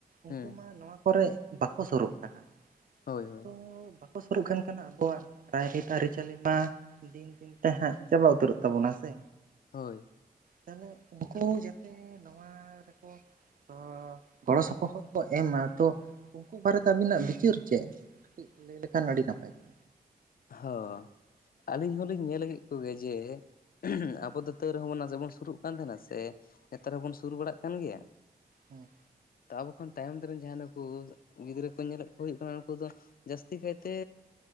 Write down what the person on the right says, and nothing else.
ᱩᱱᱠᱩ
ᱢᱟ ᱱᱚᱣᱟ ᱠᱚᱨᱮ ᱵᱟᱠᱚ ᱥᱩᱨᱩᱜ ᱠᱟᱱᱟ
ᱛᱚ ᱵᱟ ᱥᱩᱨᱩᱜ ᱠᱟᱱ ᱠᱟᱱᱟ ᱟᱵᱚᱣᱟᱜ ᱨᱟᱭᱨᱤᱛ ᱟᱹᱨᱤᱪᱟᱹᱞᱤ ᱢᱟ ᱫᱤᱱ ᱫᱤᱱ ᱛᱮ ᱦᱟᱸᱜ ᱪᱟᱵᱟ ᱩᱛᱟᱹᱨᱚᱜ ᱛᱟᱵᱚᱱᱟ ᱥᱮ
ᱛᱟᱦᱞᱮ ᱩᱱᱠᱩ ᱡᱟᱛᱮ ᱱᱚᱣᱟ ᱨᱮᱠᱚ ᱛᱚ ᱜᱚᱲᱚ ᱥᱚᱯᱚᱦᱚᱫ ᱠᱚ ᱮᱢᱟ ᱛᱚ ᱩᱱᱠᱩ ᱵᱟᱨᱮᱛᱮ ᱟᱹᱵᱤᱱᱟᱜ ᱵᱤᱪᱟᱹᱨ ᱪᱮᱫ? ᱠᱟᱹᱴᱤᱡ ᱞᱟᱹᱭ ᱞᱮᱠᱷᱟᱱ ᱟᱹᱰᱤ ᱱᱟᱯᱟᱭ ᱠᱚ
ᱦᱩᱸ